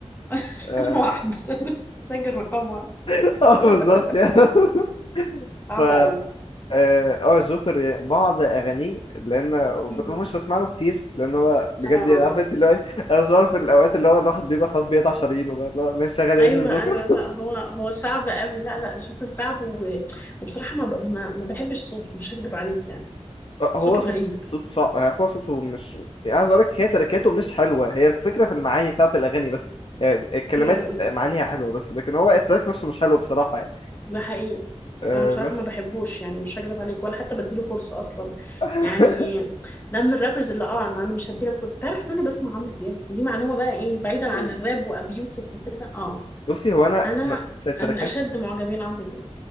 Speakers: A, on the left (about 20°); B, on the left (about 50°).
A: <laughs> سلمى
B: اه
A: واحد سلمى سجل رقمها
B: <laughs> آه،
A: <laughs>
B: بالظبط يعني <laughs>
A: صعب
B: ف
A: قوي
B: اه آه، جوكر بعض اغانيه لان وب-
A: امم
B: مش بسمع له كتير لان هو بجد
A: اه
B: يعني عارف
A: آه.
B: انت اللي هو ايه انا بسمعه في الاوقات اللي هو الواحد بيبقى خلاص بيقطع شرايينه بقى لا مش شغال
A: ايوه
B: يا ابن الجوكر
A: ايوه لا هو هو صعب قوي لا لا جوكر صعب و... وبصراحه ما, ب... ما ما بحبش صوته مش هكدب عليك يعني
B: آه،
A: صوته
B: هو صوت
A: غريب
B: صوت صعب هو صوته مش يعني عايز اقول لك هي تركاته مش حلوه هي الفكره في المعاني بتاعت الاغاني بس يعني الكلمات
A: م- م- م.
B: معانيها حلوه بس لكن هو التراك نفسه مش حلو بصراحه يعني
A: ده حقيقي
B: أه
A: انا بصراحه
B: بس
A: ما بحبوش يعني مش هكدب عليك ولا حتى بديله فرصه اصلا
B: <laughs>
A: يعني ده من الرابرز اللي اه انا انا مش هديلك فرصه تعرف ان انا بسمع عمرو دياب دي معلومه بقى ايه بعيدا عن
B: أوه.
A: الراب وابي يوسف وكده اه
B: بصي هو انا
A: انا
B: م- في التراكات
A: من اشد معجبين عمرو دياب